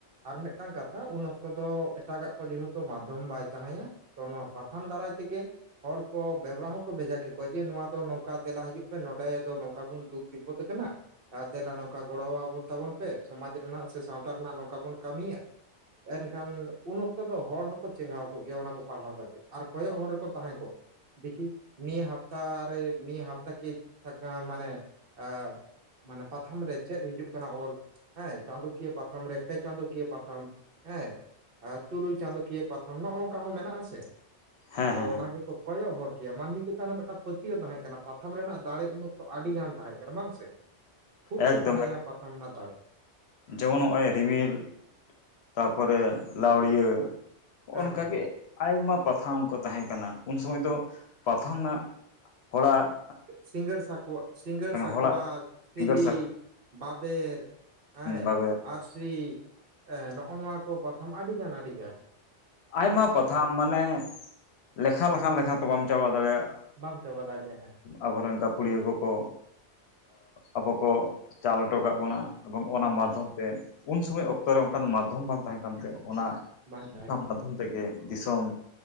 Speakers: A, on the right; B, on the left.
A: ᱟᱨ ᱢᱤᱫᱴᱟᱝ ᱠᱟᱛᱷᱟ ᱩᱱ ᱚᱠᱛᱚ ᱫᱚ ᱮᱴᱟᱜᱟᱜ ᱠᱚ ᱡᱮᱦᱮᱛᱩ ᱢᱟᱫᱽᱫᱷᱚᱢ ᱵᱟᱭ ᱛᱟᱦᱮᱭᱟ᱾ ᱛᱚ ᱱᱚᱣᱟ ᱯᱟᱛᱷᱟᱢ ᱫᱟᱨᱟᱭ ᱛᱮᱜᱮ ᱦᱚᱲ ᱠᱚ ᱵᱮᱵᱽᱨᱟ ᱦᱚᱸᱠᱚ ᱵᱷᱮᱡᱟ ᱠᱮᱠᱚᱣᱟ ᱡᱮ ᱱᱚᱣᱟ ᱫᱚ ᱱᱚᱝᱠᱟ ᱫᱮᱞᱟ ᱦᱤᱡᱩᱜ ᱯᱮ ᱱᱚᱸᱰᱮ ᱫᱚ ᱱᱚᱝᱠᱟ ᱵᱚᱱ ᱫᱩᱠ ᱵᱤᱯᱚᱫ ᱠᱟᱱᱟ, ᱟᱨ ᱫᱮᱞᱟ ᱱᱚᱝᱠᱟ ᱜᱚᱲᱚ ᱟᱵᱚᱱ ᱛᱟᱵᱚᱱ ᱯᱮ ᱥᱚᱢᱟᱡᱽ ᱨᱮᱱᱟᱜ ᱥᱮ ᱥᱟᱶᱛᱟ ᱨᱮᱱᱟᱜ ᱱᱚᱝᱠᱟ ᱵᱚᱱ ᱠᱟᱹᱢᱤᱭᱟ᱾ ᱮᱱᱠᱷᱟᱱ ᱩᱱ ᱚᱠᱛᱚ ᱫᱚ ᱦᱚᱲ ᱦᱚᱸᱠᱚ ᱪᱮᱸᱜᱟᱣ ᱠᱚᱜ ᱜᱮᱭᱟ ᱚᱱᱟ ᱠᱚ ᱯᱟᱲᱦᱟᱣ ᱠᱟᱛᱮᱫ ᱟᱨ ᱠᱚᱭᱚᱜ ᱦᱚᱨ ᱨᱮᱠᱚ ᱛᱟᱦᱮᱸ ᱠᱚᱜᱼᱟ᱾ ᱫᱮᱠᱷᱤ ᱱᱤᱭᱟᱹ ᱦᱟᱯᱛᱟᱨᱮ ᱱᱤᱭᱟᱹ ᱦᱟᱯᱛᱟ ᱠᱤ ᱢᱟᱱᱮ ᱟ ᱢᱟᱱᱮ ᱯᱟᱛᱷᱟᱢ ᱨᱮ ᱪᱮᱫ ᱦᱤᱡᱩᱜ ᱠᱟᱱᱟ ᱚᱞ ᱦᱮᱸ ᱪᱟᱸᱫᱳᱠᱤᱭᱟᱹ ᱯᱟᱛᱷᱟᱢ ᱨᱮ ᱯᱮ ᱪᱟᱸᱫᱳ ᱠᱤᱭᱟᱹ ᱯᱟᱛᱷᱟᱢ, ᱦᱮᱸ ᱟᱨ ᱛᱩᱨᱩᱭ ᱪᱟᱸᱫᱳᱠᱤᱭᱟᱹ ᱯᱟᱛᱷᱟᱢ ᱱᱚᱜᱼᱚ ᱱᱚᱝᱠᱟ ᱦᱚᱸ ᱢᱮᱱᱟᱜᱼᱟ ᱟ ᱥᱮ?
B: ᱦᱮᱸ
A: ᱟᱫᱚ
B: ᱦᱮᱸ ᱦᱮᱸ
A: ᱚᱱᱟ ᱜᱮᱠᱚ ᱠᱚᱭᱚᱜ ᱦᱚᱨ ᱠᱮᱭᱟ ᱢᱟᱹᱱᱢᱤ ᱪᱮᱛᱟᱱ ᱨᱮ ᱢᱤᱫᱴᱟᱝ ᱯᱟᱹᱛᱤᱭᱟᱹᱣ ᱛᱟᱦᱮᱸ ᱠᱟᱱᱟ ᱯᱟᱛᱷᱟᱢ ᱨᱮᱱᱟᱜ ᱫᱟᱲᱮ ᱩᱱᱟᱹ᱾ ᱛᱚ ᱟᱹᱰᱤ ᱜᱟᱱ ᱛᱟᱦᱮᱸ ᱠᱟᱱᱟ ᱵᱟᱝ ᱥᱮ ᱠᱷᱩᱵ
B: ᱮᱠᱫᱚᱢᱚ
A: ᱜᱮ ᱛᱟᱦᱮᱸᱼᱟ
B: ᱮᱠ
A: ᱯᱟᱛᱷᱟᱢ ᱨᱮᱱᱟᱜ ᱫᱟᱲᱮ
B: ᱡᱮᱢᱚᱱ ᱱᱚᱜᱼᱚᱭ ᱨᱤᱢᱤᱞ ᱛᱟᱯᱚᱨᱮ ᱞᱟᱹᱣᱲᱤᱭᱟᱹ ᱦᱚᱸᱜ
A: ᱦᱮᱸ
B: ᱱᱚᱝᱠᱟ
A: ᱦᱮᱸ
B: ᱜᱮ ᱟᱭᱢᱟ ᱯᱟᱛᱷᱟᱢ ᱠᱚ ᱛᱟᱦᱮᱸ ᱠᱟᱱᱟ ᱩᱱ ᱥᱚᱢᱚᱭ ᱫᱚ ᱯᱟᱛᱷᱟᱢ ᱱᱟᱜ ᱚᱲᱟᱜ
A: ᱥᱤᱜᱟᱹᱲ ᱥᱟᱠᱚᱣᱟ ᱥᱤᱜᱟᱹᱲ ᱥᱟᱠᱚᱣᱟ
B: ᱦᱚᱲᱟᱜ
A: ᱴᱷᱤᱞᱤ
B: ᱥᱤᱸᱜᱟᱹᱲ ᱥᱟᱠᱟᱢ
A: ᱵᱟᱵᱮᱨ ᱦᱮᱸ
B: ᱵᱟᱵᱮᱨ
A: ᱟᱨᱥᱤ ᱮ ᱱᱚᱜᱼᱚ ᱱᱚᱣᱟ ᱠᱚ ᱯᱟᱛᱷᱟᱢ ᱟᱹᱰᱤᱜᱟᱱ ᱟᱹᱰᱤᱜᱟᱱ
B: ᱟᱭᱢᱟ ᱯᱟᱛᱷᱟᱢ ᱢᱟᱱᱮ ᱞᱮᱠᱷᱟ ᱞᱮᱠᱷᱟᱱ ᱞᱮᱠᱷᱟ ᱛᱮ ᱵᱟᱢ ᱪᱟᱵᱟ ᱫᱟᱲᱮᱭᱟᱜᱼᱟ᱾
A: ᱵᱟᱢ ᱪᱟᱵᱟ ᱫᱟᱲᱮᱭᱟᱜᱼᱟ ᱦᱟᱸᱜ
B: ᱟᱵᱚᱨᱮᱱ ᱜᱟᱠᱚᱲᱤᱭᱟᱹ ᱠᱚᱠᱚ ᱟᱵᱚ ᱠᱚ ᱪᱟᱞ ᱦᱚᱴᱚ ᱠᱟ ᱵᱚᱱᱟ ᱮᱵᱚᱝ ᱚᱱᱟ ᱢᱟᱫᱽᱫᱷᱚᱢ
A: ᱦᱮᱸ
B: ᱛᱮ ᱩᱱ ᱥᱚᱢᱚᱭ ᱚᱠᱛᱚᱨᱮ ᱚᱱᱠᱟᱱ ᱢᱟᱫᱽᱫᱷᱚᱢ ᱵᱟᱝ ᱛᱟᱦᱮᱸ ᱠᱟᱱᱛᱮ ᱚᱱᱟ
A: ᱵᱟᱝ ᱛᱟᱦᱮᱸ
B: ᱚᱱᱟ
A: ᱠᱟᱱ
B: ᱢᱟᱫᱷᱚᱢ
A: ᱛᱟᱦᱮᱸ
B: ᱛᱮ ᱜᱮ ᱫᱤᱥᱚᱢ